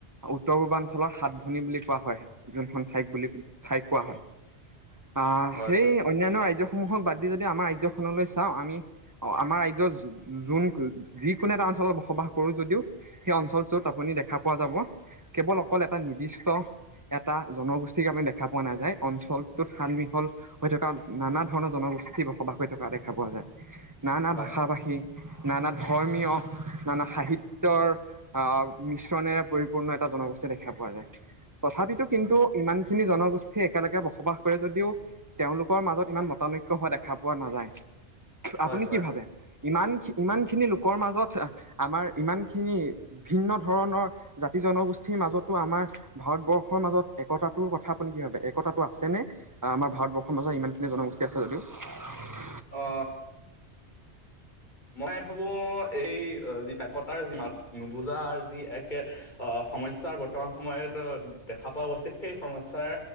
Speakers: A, on the right; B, on the left.
A: উত্তৰ পূৰ্বাঞ্চলৰ সাত ভনী বুলি কোৱা হয় যোনখন ঠাইক বুলি ঠাইক কোৱা হয় আহ
B: হয়
A: সেই
B: হয়
A: অন্যান্য ৰাজ্য সমূহক বাদ দি যদি আমাৰ ৰাজ্যখনলৈ চাওঁ আমি আমাৰ ৰাজ্যৰ যোন যিকোনো এটা অঞ্চলত বসবাস কৰোঁ যদিও সেই অঞ্চলটোত আপুনি দেখ পোৱা যাব কেৱল অকল এটা নিৰ্দিষ্ট এটা জনগোষ্ঠীৰ আমাক দেখা পোৱা নাযায় অঞ্চলটোত সানমিহল হৈ থকা নানা ধৰণৰ জনগোষ্ঠী বসবাস হৈ থকা দেখা পোৱা যায় নানা
B: হয়
A: ভাষা ভাষী নানা ধৰ্মীয় নানা সাহিত্য অ মানে পৰিপূৰ্ণ এটা জনগোষ্ঠী দেখা পোৱা যায় তথাপিতো কিন্তু ইমান খিনি জনগোষ্ঠীয়ে একেলগে বসবাস কৰে যদিও তেওঁলোকৰ মাজত ইমান মতানৈক্য হোৱা দেখা পোৱা নাযায়
B: হয়
A: আপুনি
B: হয়
A: কি ভাবে ইমান ইমানখিনি লোকৰ মাজত আমাৰ ইমান খিনি ভিন্ন ধৰণৰ জাতি জনগোষ্ঠীৰ মাজতো আমাৰ ভাৰতবৰ্ষৰ মাজত একতাটোৰ কথা আপুনি কি ভাবে একতাটো আছেনে আমাৰ ভাৰতবৰ্ষৰ মাজত ইমানখিনি জনগোষ্ঠী আছে যদিও
B: অ মই ভাবো এই যি একতাৰ যি মাত নুবুজাৰ যি এক আহ সমস্যাৰ বৰ্তমান সময়ত দেখা পোৱা গৈছে সেই সমস্যাৰ